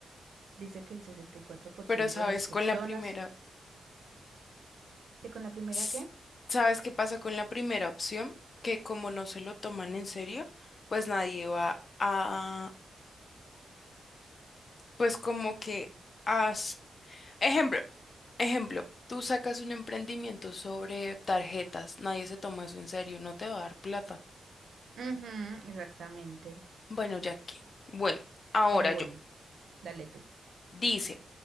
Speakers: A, on the right; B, on the left.
A: Dice que el sesenta y cuatro por
B: Pero
A: ciento
B: sabes,
A: de las personas
B: con la primera.
A: que con la primera
B: s-
A: qué.
B: ¿Sabes qué pasa con la primera opción? Que como no se lo toman en serio, pues nadie va a, pues como que haz, ejemplo, ejemplo, tú sacas un emprendimiento sobre tarjetas, nadie se toma eso en serio, no te va a dar plata.
A: Ujú, exactamente.
B: Bueno, ya que, bueno, ahora
A: Pero bueno,
B: yo,
A: dale tú.
B: dice,